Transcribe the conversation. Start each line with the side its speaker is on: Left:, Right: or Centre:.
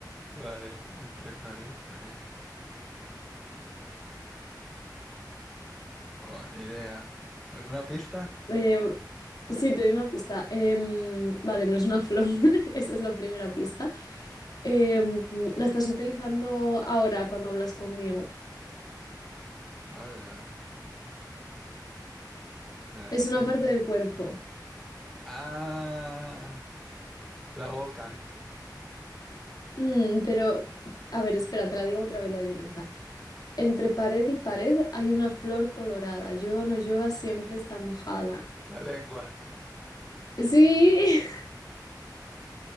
Centre: Vale, entre pared y pared. Buena ni idea. ¿Alguna pista?
Left: Eh, sí, te doy una pista. Em, vale, no es una flor, <laughs> esa es la primera pista. Em, la estás utilizando ahora cuando hablas conmigo.
Centre: Hola, las
Left: Es una
Centre: tetas.
Left: parte del cuerpo.
Centre: Ah, la boca,
Left: Mm, pero, a ver, espera, te la digo otra vez la adivinanza. Entre pared y pared hay una flor colorada. Llueva o no llueva, siempre está mojada.
Centre: la lengua.
Left: Sí,